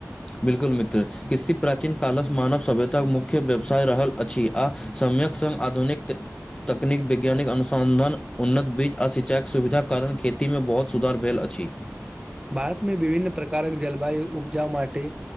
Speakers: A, on the left; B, on the right.
A: बिल्कुल मित्र कृषि प्राचीन कालसँ मानव सभ्यताक मुख्य व्यवसाय रहल अछि आ समयकक संग आधुनिक तकनीक वैज्ञानिक, अनुसंधान, उन्नत बीज आ सिंचाईक सुविधाक कारण खेती मे बहुत सुधार भेल अछि
B: भारत मे विभिन्न प्रकारक जलवायु उपजाउ माटि